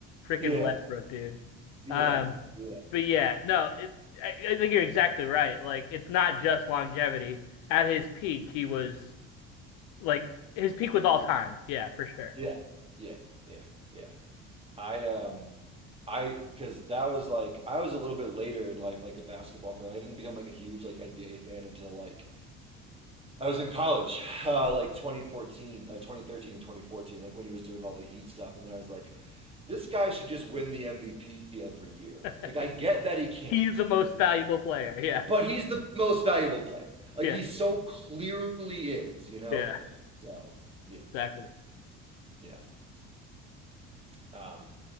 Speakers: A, on the left; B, on the right.
A: Freaking
B: yeah,
A: Westbrook, dude.
B: yeah,
A: Um,
B: yeah,
A: but yeah, no, it, I, I think you're exactly right. Like, it's not just longevity. At his peak, he was like his peak was all time. Yeah, for sure.
B: yeah, yeah, yeah, yeah. I um I because that was like I was a little bit later in life like a basketball fan. I didn't become like a huge like NBA fan until like I was in college, <laughs> uh, like 2014, like 2013 and 2014, like when he was doing all the Heat stuff, and then I was like, this guy should just win the MVP every year.
A: <laughs>
B: Like I get that he can't,
A: He's the most valuable player. Yeah,
B: but he's the most valuable player. Like
A: yeah,
B: he so clearly is, you know.
A: yeah,
B: So yeah,
A: exactly.
B: yeah. Um,